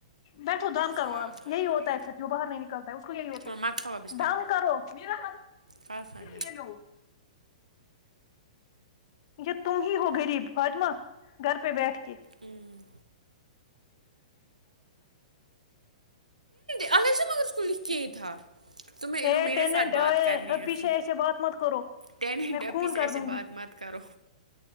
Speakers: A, on the left (about 50°); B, on the right (about 85°).
A: بیٹھو دام کرو
B: ضائع
A: آب
B: ہو جائے
A: یہی
B: گا
A: ہوتا ہے پھر جووں باہر نہیں نکلتا ہے اس کو یہی ہوتا
B: چھوڑو
A: ہے
B: مت کھاؤ اب اس ٹائم
A: دام کرو م نہ
B: کل کھائیں گے
A: گلو یہ تم ہی ہو غریب فاطمہ گھر پہ بیٹھ کے
B: ہوں الگ سے مگر اس کو لکھ کے ہی تھا تمھیں یلو
A: اے
B: میرے
A: ٹیننٹ
B: ساتھ بات
A: آئے
B: کرنی
A: اب
B: ہے
A: پیچھے ایسے بات مت کرو
B: ٹیننٹپی
A: میں خون
B: سے
A: کر
B: ایسے
A: دوں گی
B: بات مت کرو